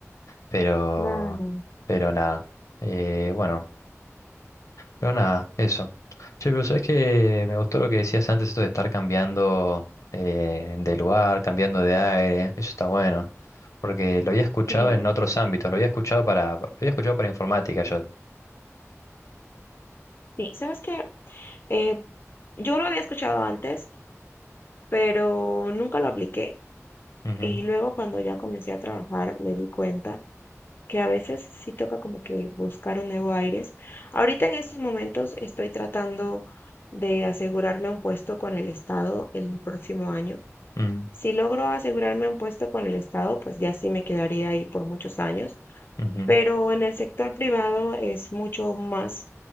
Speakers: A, on the left (about 75°); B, on the left (about 45°).
A: pero
B: Claro.
A: pero nada, eh, bueno, pero nada, eso. Che, pero sabes que me gustó lo que decías antes, esto de estar cambiando eh, de lugar, cambiando de aire. Eso está bueno. Porque lo había escuchado
B: Sí,
A: en otros ámbitos, lo había escuchado para, lo había escuchado para informática yo.
B: sí. ¿Sabes qué? Eh, yo lo había escuchado antes, pero nunca lo apliqué.
A: Ujú,
B: Y luego cuando ya comencé a trabajar me di cuenta que a veces sí toca como que buscar un nuevo aires. Ahorita en estos momentos estoy tratando de asegurarme un puesto con el Estado el próximo año.
A: mm,
B: Si logro asegurarme un puesto con el Estado, pues ya sí me quedaría ahí por muchos años,
A: ujú,
B: pero en el sector privado es mucho más